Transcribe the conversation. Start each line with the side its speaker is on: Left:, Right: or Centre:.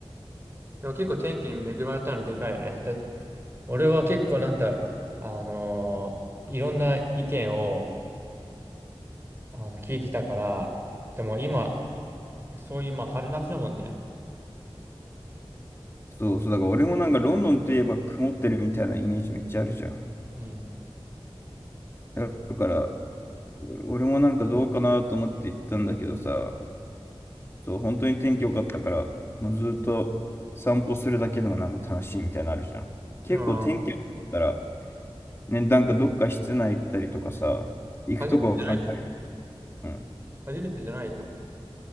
Right: でも結構天気に恵まれたのでかいよね。だ俺は結構なんだ、あのーいろんな意見をあの聞いてたから、でも今、そういう、まあ、春夏だもんね。
Left: そうそう、だから俺もなんかロンドンといえば曇ってるみたいなイメージめっちゃあるじゃん。
Right: うん。
Left: だだから、俺もなんかどうかなと思って行ったんだけどさ、そう、本当に天気良かったから、もうずっと散歩するだけでもなんか楽しいみたいなのあるじゃん。結構天気良かったら、
Right: ああ、
Left: ね、なんかどっか室内行ったりとかさ、行くとこを考え、
Right: 初めてじゃないでしょ。
Left: うん。
Right: 初めてじゃないよ。